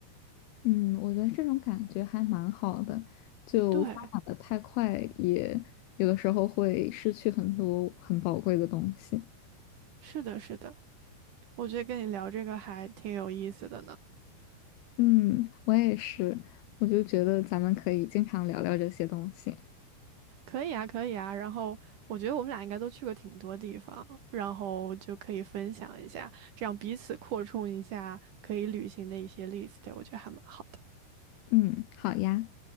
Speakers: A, on the left (about 80°); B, on the right (about 60°).
A: 嗯，我觉得这种感觉还蛮好的，就发展的太快，
B: 对，
A: 也有的时候会失去很多很宝贵的东西。
B: 是的，是的，我觉得跟你聊这个还挺有意思的呢。
A: 嗯，我也是，我就觉得咱们可以经常聊聊这些东西。
B: 可以啊，可以啊。然后我觉得我们俩应该都去过挺多地方，然后就可以分享一下，这样彼此扩充一下可以旅行的一些 list，我觉得还蛮好的。
A: 嗯，好呀。